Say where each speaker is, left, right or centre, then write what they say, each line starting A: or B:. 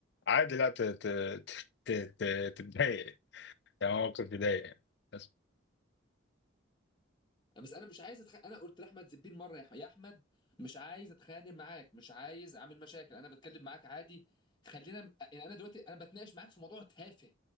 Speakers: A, on the left; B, on the left.
A: عادي لا ت... ت... ت... ت... تتضايق يعني موقف يضايق يعني بس
B: بس انا مش عايز أتخ... انا قلت لاحمد زبير مره يا أح- يا احمد مش عايز اتخانق معاك مش عايز اعمل مشاكل انا بتكلم معاك عادي خلينا يعني انا دلوقتي انا بتناقش معاك في موضوع تافه